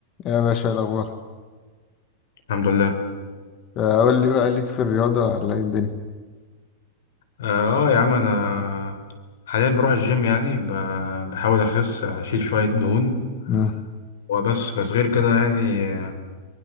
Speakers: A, on the left (about 25°); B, on the left (about 80°).
A: يا باشا إيه الأخبار
B: الحمد لله
A: آه، قول لي بقى ليك في الرياضة ولا إيه الدنيا؟
B: اه آه يا عم انا حاليا بروح الجيم يعني ب- بحاول اخس اشيل شوية دهون
A: مم.
B: وبس بس غير كده يعني آه،